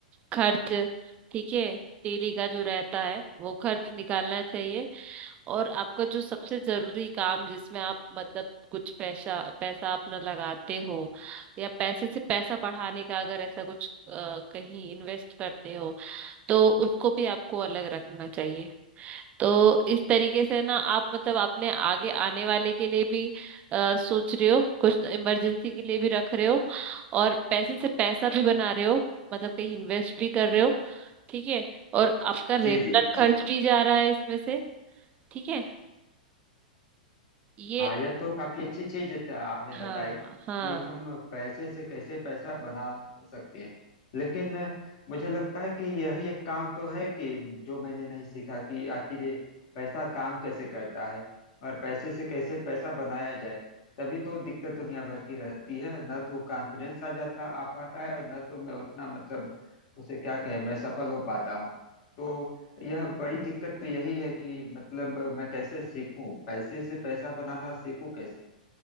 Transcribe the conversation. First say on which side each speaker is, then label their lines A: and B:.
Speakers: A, on the right; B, on the left.
A: खर्च ठीक है डेली का जो रहता है वो खर्च निकालना चाहिए और आपका जो सबसे जरूरी काम जिसमें आप मतलब कुछ पैसा पैसा अपना लगाते हो या पैसे से पैसा बढ़ाने का अगर ऐसा कुछ अ, कहीं इन्वेस्ट करते हो तो उसको भी आपको अलग रखना चाहिए तो इस तरीके से ना आप मतलब अपने आगे आने वाले के लिए भी अ, सोच रहे हो कुछ इमरजेंसी के लिए भी रख रहे हो और पैसे से पैसा भी बना रहे हो मतलब कहीं इन्वेस्ट भी कर रहे हो ठीक है और आपका रेगुलर
B: जी जी
A: खर्च
B: जी
A: भी जा रहा है इसमें से ठीक है ये
B: हाँ यह तो काफी अच्छी चीज त- आपने बताई
A: हाँ
B: कि
A: हाँ
B: हम पैसे से कैसे पैसा बना सकते हैं लेकिन मुझे लगता है कि यही एक काम तो है कि जो मैंने नहीं सीखा कि आखिर ये पैसा काम कैसे करता है और पैसे से कैसे पैसा बनाया जाए तभी तो दिक्कत दुनिया भर की रहती है न तो कॉन्फिडेंस आ जाता आ पाता है और न तो मैं उतना मतलब उसे क्या कहें मैं सफल हो पाता हूँ तो यह बड़ी दिक्कत तो यही है कि मतलब मैं कैसे सीखूं पैसे से पैसा बनाना सीखूं कैसे